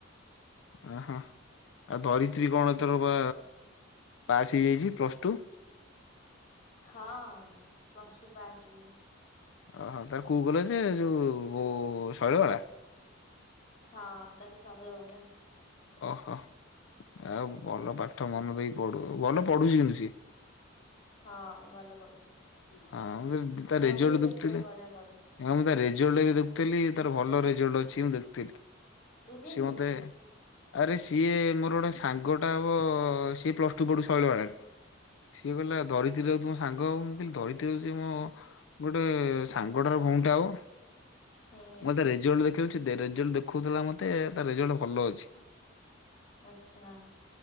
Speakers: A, on the left; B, on the left.
A: ହଁ-ହଁ, ଆଉ ଧରିତ୍ରୀ କଣ ଏଥର ବା ପାସ୍ ହେଇଯାଇଛି ପ୍ଲସ୍ ଟୁ?
B: ହଁ ପ୍ଲସ୍ ଟୁ ପାସ୍ ହେଇଯାଇଛି।
A: ଅ ହଁ ତାର କଉ କଲେଜ ଯେ ଯେଉଁ ଉଁ ଶୈଳବାଳା?
B: ହଁ ତାକୁ ଶୈଳବାଳା,
A: ଅ ହଁ ଆଉ ଭଲ ପାଠ ମନ ଦେଇ ପଢ଼ୁ ଭଲ ପଢ଼ୁଛି କିନ୍ତୁ ସିଏ, <inaudible>
B: ହଁ ଭଲ ପଢୁଛି।
A: ହଁ ମୁଁ କହିଲି ତା
B: ମୋଠୁ
A: ରେଜଲଟ୍
B: ବି
A: ଦେଖୁଥିଲି,
B: ବେଟର ବଢିଆ ପଢୁଛି
A: ହଁ ମୁଁ ତା ରେଜଲ୍ଟ ଏବେ ଦେଖୁଥିଲି ତାର ଭଲ ରେଜଲ୍ଟ ଅଛି ମୁଁ ଦେଖୁଥିଲି,
B: ତୁ କେନ୍ତି
A: ସିଏ ମତେ
B: ଦେଖିଲୁ?
A: ଆରେ ସିଏ ମୋର ଗୋଟେ ସାଙ୍ଗଟା ହବ ସିଏ ପ୍ଲସ୍ ଟୁ ପଢ଼ୁଛି ଶୈଳବାଳାରେ, ସିଏ କହିଲା ଧରିତ୍ରୀ
B: ଓହୋ
A: ରାଉତ ତୁମ ସାଙ୍ଗ ହବ ମୁଁ କହିଲି ଧରିି କେଉଛି ମୋ ଗୋଟେ ସାଙ୍ଗଟାର ଭଉଣୀଟା ହବ
B: ହୁଁ
A: ମତେ ରେ ଜଲ୍ଟ ଦେଖଉଛି ଦେ ରେଜଲ୍ଟ ଦେଖଉଥିଲା ମତେ ତା ରେଜଲ୍ଟ ଭଲ ଅଛି।
B: ଆଚ୍ଛା,